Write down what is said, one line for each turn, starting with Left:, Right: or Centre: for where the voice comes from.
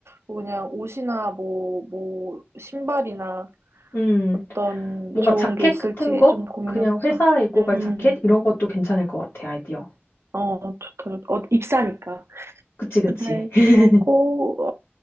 Right: 뭐 그냥 옷이나 뭐, 뭐, 신발이나
Left: 음.
Right: 어떤
Left: 뭔가
Right: 좋은
Left: 자켓
Right: 게 있을지
Left: 같은 거?
Right: 좀 고민해보자.
Left: 그냥 회사에 입고
Right: 음,
Left: 갈 자켓? 이런 것도 괜찮을 것 같아, 아이디어.
Right: 어, 좋다, 좋다. 어, 입사니까.
Left: 그치, 그치.
Right: 그래,
Left: <laughs>
Right: 그러고,